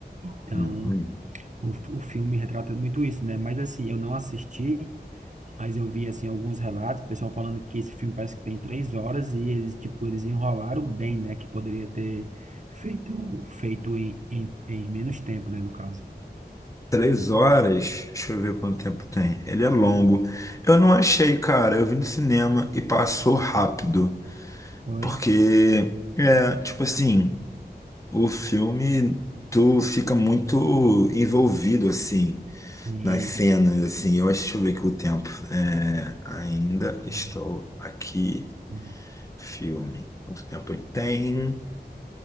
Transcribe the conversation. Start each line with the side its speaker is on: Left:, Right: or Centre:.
Right: Então,
Left: Uhum.
Right: o, o filme retrata muito isso, né? Mas assim, eu não assisti, mas eu vi, assim, alguns relatos, o pessoal falando que esse filme parece que tem três horas e eles, tipo, eles enrolaram bem, né? Que poderia ter feito, feito em, em, em menos tempo, né, no caso.
Left: Três horas, deixa eu ver quanto tempo tem. Ele é longo. Eu não achei, cara. Eu vi no cinema e passou rápido.
Right: Foi?
Left: Porque, é, tipo assim, o filme, tu fica muito envolvido, assim,
Right: Sim.
Left: nas cenas, assim. Eu acho, deixa eu ver aqui o tempo. É, ainda estou
Right: Sim.
Left: aqui.
Right: sim.
Left: Filme. Quanto tempo ele tem?